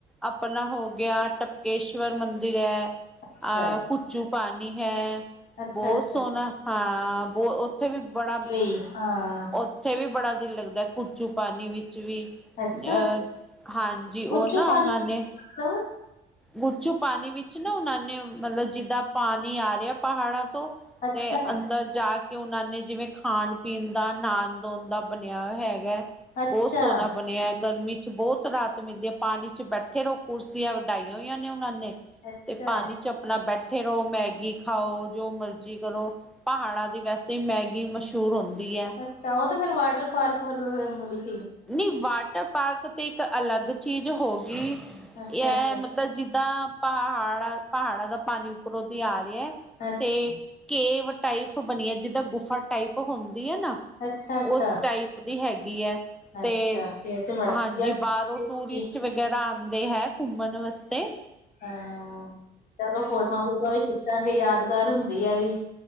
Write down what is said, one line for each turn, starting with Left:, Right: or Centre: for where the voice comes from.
Centre: ਆਪਣਾ ਹੋ ਗਿਆ ਟਪਕੇਸ਼ਵਰ ਮੰਦਿਰ ਐ ਅਹ
Left: ਅੱਛਾ
Centre: ਕੁਚੂ ਪਾ ਹੈ
Left: ਅੱਛਾ
Centre: ਬੋਤ
Left: ਅੱਛਾ
Centre: ਸੋਹਣਾ,
Left: ਅੱਛਾ
Centre: ਹਾਂ ਬੋ ਓਥੇ ਵੀ ਬੜਾ
Left: ਕੀ ਹਾਂ
Centre: ਓਥੇ ਵੀ ਬੜਾ ਦਿਲ ਲੱਗਦਾ ਕੁਚੂਪਾਨੀ ਵਿੱਚ ਵੀ ਅਹ,
Left: ਅੱਛਾ
Centre: ਹਾਂਜੀ
Left: ਪੁੱਛੂ
Centre: ਓ ਨਾ
Left: ਪਾਣੀ
Centre: ਉਨਾਂ ਨੇ
Left: ਮਤਲਬ
Centre: ਗੁਚੂਪਾਨੀ ਵਿੱਚ ਨਾ ਉਨਾਂ ਨੇ ਮਤਲਬ ਜਿੱਦਾਂ ਪਾਨੀ ਆ ਰੈਆ ਪਹਾੜਾਂ ਤੋ,
Left: ਅੱਛਾ
Centre: ਤੇ ਅੰਦਰ ਜਾ ਕਿ ਉਨਾਂ ਨੇ ਜਿਵੇਂ ਖਾਣ-ਪੀਣ ਦਾ, ਨਾਨ-ਦੋਨ ਦਾ ਬਣਿਆ ਓ ਹੈਗਾ।
Left: ਅੱਛਾ
Centre: ਬੋਤ ਸੋਹਣਾ ਬਣਿਆ ਐ, ਗਰਮੀ ਚ ਬੋਤ ਰਾਤ ਮਿਲਦੀ ਐ ਪਾਨੀ ਚ ਬੈਠੇ ਰਹੋ ਕੁਰਸੀਆਂ ਡਾਈਆਂ ਹੋਈਆਂ ਨੇ ਉਹਨਾਂ ਨੇ
Left: ਅੱਛਾ
Centre: ਤੇ ਪਾਨੀ ਚ ਅਪਣਾ ਬੈਟ ਫੇਰ ਓਹ ਮੈਗੀ ਖਾਓ ਜੋ ਮਰਜ਼ੀ ਕਰੋ ਪਹਾੜਾਂ ਦੀ ਵੈਸੇ ਈ ਮੈਗੀ ਮਸ਼ੂਰ ਹੁੰਦੀ ਐ।
Left: ਅੱਛਾ ਓ ਤੇ ਫਿਰ ਵਾਟਰ-ਪਾਰਕ <unintelligible>
Centre: ਨੀ ਵਾਟਰ ਪਾਰਕ ਤੇ ਏਕ ਅਲੱਗ ਚੀਜ਼ ਹੋਗੀ,
Left: ਅੱਛਾ
Centre: ਏਹ
Left: ਅੱਛਾ
Centre: ਮਤਲਬ ਜਿੱਦਾਂ ਪਾਹਾੜਾ-ਪਾਹਾੜਾਂ ਦਾ ਪਾਨੀ ਉੱਪਰੋਂ ਦੀ ਆ ਰੇਯਾ।
Left: <unintelligible>
Centre: ਕੇ, ਕੇਵ ਟਾਈਫ ਬਣੀਏ ਜਿੱਦਾਂ ਗੁਫਾ ਟਾਈਪ ਹੁੰਦੀ ਐ ਨਾ।
Left: ਅੱਛਾ ਅੱਛਾ ਅੱਛਾ
Centre: ਓਸ ਟਾਈਪ ਦੀ ਹੈਗੀ ਐ। ਤੇ
Left: ਅੱਛਾ ਫੇਰ ਤੇ ਬੜਾ
Centre: ਹਾਂਜੀ ਬਾਰੋਂ
Left: ਵਧੀਆ
Centre: ਟੂਰਿਸਟ ਵਗੈਰਾ ਆਂਦੇਂ ਹੈ ਕੁੰਮਣ ਵਸਤੇ।
Left: ਅਮ ਚਲੋ ਫੋਟੋਆਂ ਫੂਟੂਆਂ ਵੀ ਖਿੱਚਾਂਗੇ ਯਾਦਗਾਰ ਹੁੰਦੀ ਏਹ ਵੀ।